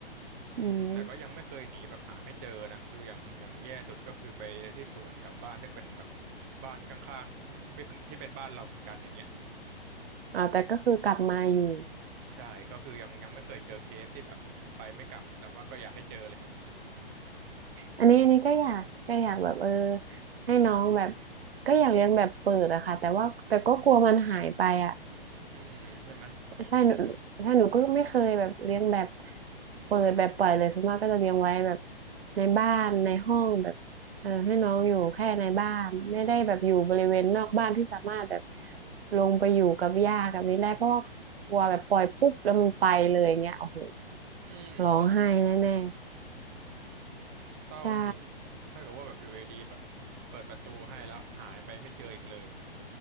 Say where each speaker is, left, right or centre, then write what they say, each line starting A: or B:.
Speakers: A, on the right; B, on the right.
A: อืมแต่ก็ยังไม่เคยหนีแบบหาไม่เจอนะคืออย่างอย่างแย่สุดก็คือไปที่สวนแถวบ้านที่เป็นแบบ
B: อืม
A: บ้านข้างๆของที่เป็นที่เป็นบ้านเราเหมือนกันอย่างเงี้ย
B: อ่าแต่ก็คือกลับมาอยู่
A: ใช่ก็คือยังยังไม่เคยเจอเคสที่แบบไปไม่กลับแต่ว่าก็อยากให้เจอเลย
B: อันนี้อันนี้ก็อยากก็อยากแบบเออให้น้องแบบก็อยากเลี้ยงแบบเปิดอะค่ะแต่ว่าแต่ก็กลัวมันหายไปอะ
A: อืมใช่ไหม
B: ใช่หนูถ้าหนูก็ไม่เคยแบบเลี้ยงแบบเปิดแบบปล่อยเลยส่วนมากก็จะเลี้ยงไว้แบบในบ้านในห้องแบบเออให้น้องอยู่แค่ในบ้านไม่ได้แบบอยู่บริเวณนอกบ้านที่สามารถแบบลงไปอยู่กับหญ้ากับนี้ได้เพราะว่ากลัวแบบปล่อยปุ๊บแล้วมันไปเลยอย่างเงี้ยโอ้โห
A: อืมเศร้านะ
B: ร้องไห้แน่ๆใช่
A: เศร้าจริงถ้าเกิดว่าแบบอยู่ดีๆแบบเปิดประตูให้แล้วหายไปไม่เจออีกเลย